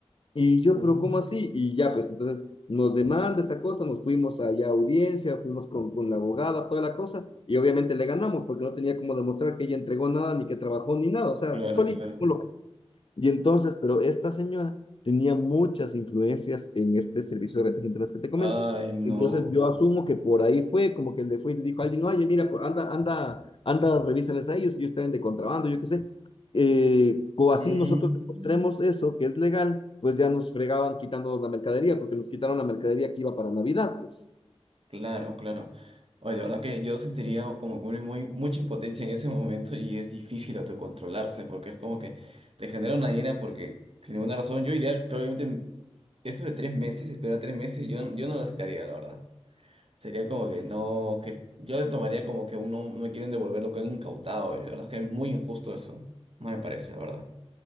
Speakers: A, on the left (about 55°); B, on the right (about 65°).
A: Y yo,
B: Ujú.
A: pero ¿cómo así? Y ya, pues entonces nos demanda esta cosa, nos fuimos allá a audiencia, fuimos con, con la abogada, toda la cosa, y obviamente le ganamos porque no tenía como demostrar que ella entregó nada, ni que trabajó, ni nada, o sea,
B: Claro,
A: solito
B: claro.
A: como lo y entonces, pero esta señora tenía muchas influencias en este servicio de rentas internas que te comento.
B: Ay, no.
A: Entonces yo asumo que por ahí fue, como que le fue y le dijo a alguien, oye, mira, pues, anda, anda, anda, revísales a ellos, ellos traen de contrabando, yo qué sé. Eh, o así
B: Mm.
A: nosotros demostremos eso, que es legal, pues ya nos fregaban quitándonos la mercadería, porque nos quitaron la mercadería que iba para Navidad, pues.
B: Claro, claro. Oye, la verdad que yo sentiría como que muy, muy- mucha impotencia en ese momento y es difícil autocontrolarse porque es como que te genera una ira porque sin ninguna razón yo iría probablemente eso de tres meses, esperar tres meses, yo, yo no lo aceptaría, la verdad. Sería como que no, que yo lo tomaría como que uno no me quieren devolver lo que han incautado y la verdad es que es muy injusto eso. No me parece, la verdad.